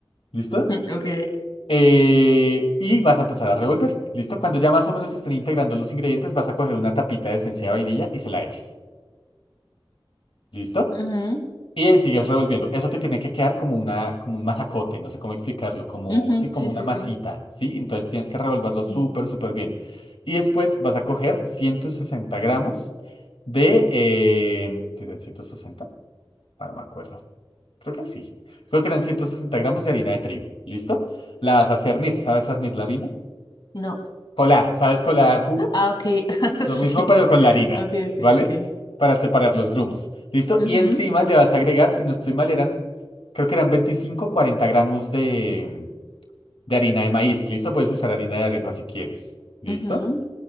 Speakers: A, on the left; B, on the left.
A: ¿Listo?
B: <laughs> Ok.
A: Eh, y vas a empezar a revolver. ¿Listo? Cuando ya más o menos estén integrando los ingredientes, vas a coger una tapita de esencia de vainilla y se la eches. ¿Listo?
B: Ujú,
A: Y ahí sigues revolviendo. Eso te tiene que quedar como una, como un masacote, no sé cómo explicarlo, como,
B: ujú,
A: sí, como
B: Sí, sí,
A: una masita,
B: sí.
A: ¿sí? Entonces tienes que revolverlo súper,
B: Mm.
A: súper bien. Y después vas a coger 160 gramos de... Eh, ¿Tienen 160? Ah, no me acuerdo. Creo que sí. Creo que eran 160 gramos de harina de trigo. ¿Listo? La vas a cernir. ¿Sabes cernir la harina?
B: No.
A: Colar. ¿Sabes colar jugo?
B: Ah, ok. <laughs>
A: Lo
B: Sí.
A: mismo pero con la harina,
B: Ok, ok,
A: ¿vale?
B: ok.
A: Para separar los grumos. ¿Listo?
B: Ujú,
A: Y encima le vas a agregar, si no estoy mal, eran, creo que eran veinticinco o 40 gramos de, de harina de maíz. ¿Listo? Puedes usar harina de arepa si quieres. ¿Listo?
B: ujú.